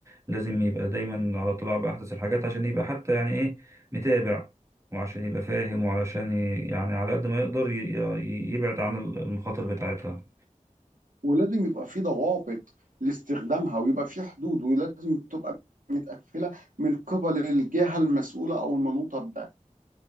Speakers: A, on the right; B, on the right.
A: لازم يبقى دايما على اطلاع بأحدث الحاجات عشان يبقى حتى يعني إيه متابع وعشان يبقى فاهم وعلشان ي- يعني على قد ما يقدر ي- ي- يبعد عن ال- المخاطر بتاعتها
B: ولازم يبقى في ضوابط لاستخدامها ويبقى في حدود ولازم تبقى متقفله من قبل الجهه المسؤوله او المنوطه بده